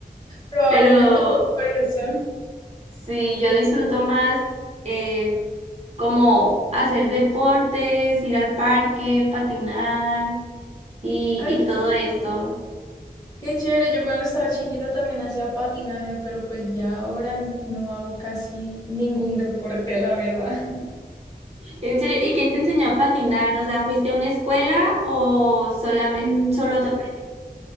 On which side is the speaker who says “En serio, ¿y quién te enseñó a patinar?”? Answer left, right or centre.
Right